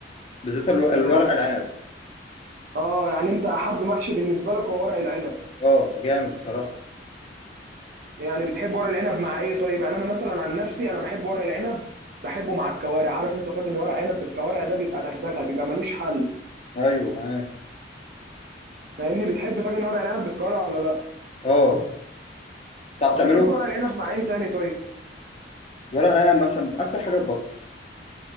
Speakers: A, on the left; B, on the right.
A: بالذات الو- الورق
B: طيب بت-
A: العنب
B: اه يعني انت احب محشي بالنسبه لك هو ورق العنب
A: اه جامد بصراحه
B: يعني بتحب ورق العنب مع ايه طيب يعني انا مثلا عن نفسي انا بحب ورق العنب بحبه مع الكوارع عارف انت طاجن ورق عنب بالكوارع ده بيبقى دغدغه بيبقى ملوش حل
A: ايوه معاك
B: فاهمني بتحب طاجن ورق العنب بالكوارع ولا
A: اه تعرف
B: لا
A: تعمله
B: بتحب ورق العنب مع ايه تاني طيب
A: ورق العنب مثلا اكتر حاجه البط